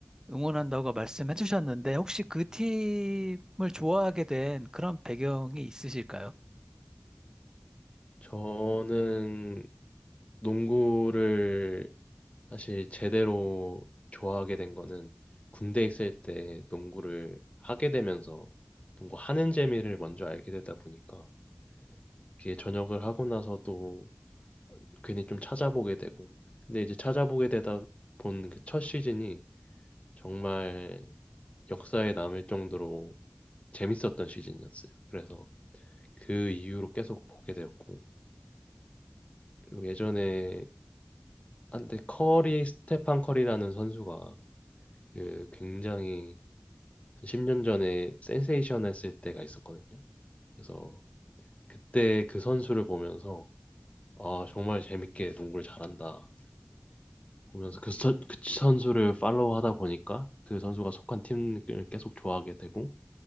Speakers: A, on the right; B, on the left.
A: 응원한다고 말씀해 주셨는데, 혹시 그 팀을 좋아하게 된 그런 배경이 있으실까요?
B: 저는 농구를 사실 제대로 좋아하게 된 거는 군대 있을 때 농구를 하게 되면서 농구하는 재미를 먼저 알게 되다 보니까 그게 전역을 하고 나서도 괜히 좀 찾아보게 되고 근데 이제 찾아보게 되다 본 그 첫 시즌이 정말 역사에 남을 정도로 재밌었던 시즌이었어요. 그래서 그 이후로 계속 보게 되었고 그리고 예전에 한때 커리 스테판 커리라는 선수가 그 굉장히 한 10년 전에 센세이션 했을 때가 있었거든요. 그래서 그때 그 선수를 보면서 아, 정말 재밌게 농구를 잘한다. 보면서 그, 선, 그 선수를 팔로우 하다 보니까 그 선수가 속한 팀을 계속 좋아하게 되고